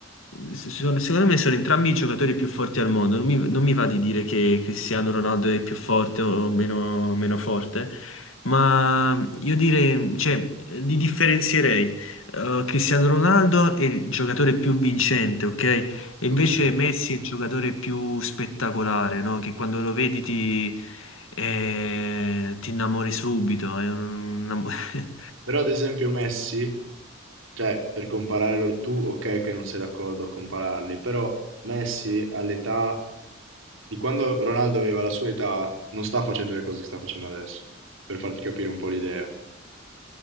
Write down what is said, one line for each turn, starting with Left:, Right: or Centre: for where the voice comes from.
Left: S- sono- secondo me sono entrambi i giocatori più forti al mondo. Non mi, non mi va di dire che Cristiano Ronaldo è più forte o meno, meno forte, ma io direi, cioè, li differenzierei. Eh, Cristiano Ronaldo è il giocatore più vincente, ok? E invece
Right: ok.
Left: Messi è il giocatore più spettacolare, no? Che quando lo vedi ti, eh, ti innamori subito. è un- <laughs> una-
Right: Però ad esempio Messi, cioè per comparare loro- tu ok che non sei d'accordo a compararli, però Messi all'età di quando Ronaldo aveva la sua età non sta facendo le cose che sta facendo adesso, per farti capire un po' l'idea.